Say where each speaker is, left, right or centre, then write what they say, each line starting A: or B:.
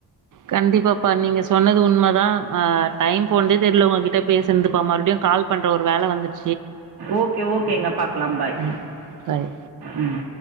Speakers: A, on the right; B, on the right.
A: கண்டிப்பாப்பா நீங்க சொன்னது உண்மை தான் ஹ டைம் போன்தே தெர்ல உங்ககிட்ட பேசந்துப்பா மறுபடியும் கால் பண்ற ஒரு வேல வந்து
B: ஓகே ஓகேங்க பாக்கலாம் பாய்
A: ம். பாய்.
B: உம்